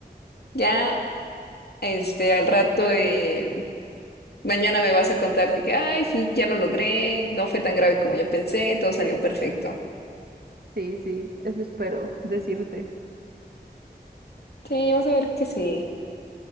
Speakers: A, on the left (about 70°); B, on the right (about 65°).
A: Ya, este, al rato, eh, mañana me vas a contar de que, ay, sí, ya lo logré, no fue tan grave como yo pensé, todo salió perfecto.
B: Sí, sí, eso espero decirte.
A: Sí, vas a ver que sí.